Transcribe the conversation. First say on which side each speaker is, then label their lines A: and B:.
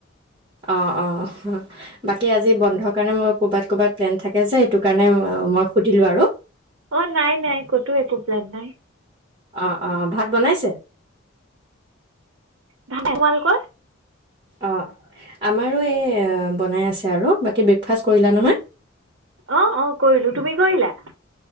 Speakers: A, on the right (about 25°); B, on the right (about 75°).
A: অ অ বাকী আজি বন্ধৰ কাৰণে মোৰ কৰবাত কৰবাত প্লেন থাকে ঠিকে আছে সেইটো কাৰণে মই সুধিলো আৰু
B: অ নাই নাই ক'তোও একো প্লোন নাই
A: অ, অ ভাত বনাইছে?
B: ধানে কমাল ক
A: অ আমাৰো এই বনাই আছে আৰু। বাকী ব্ৰেকফাষ্ট কৰিলা নহয়
B: অ অ কৰিলো তুমি কৰিলা?